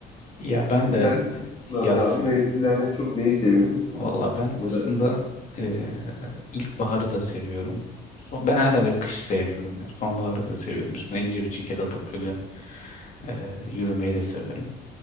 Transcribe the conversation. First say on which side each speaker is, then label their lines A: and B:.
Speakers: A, on the left; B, on the left.
A: Ya ben de
B: sen nasıl
A: yaz.
B: abi mevsimlerden en çok neyi seviyorsun?
A: Valla ben
B: Ya
A: aslında
B: da
A: eee ilkbaharı da seviyorum. Son- ben herhalde bir kışı sevmiyorum ya. Sonbaharı da seviyorum. Üstüne ince bir ceket atıp böyle eee, yürümeyi de severim.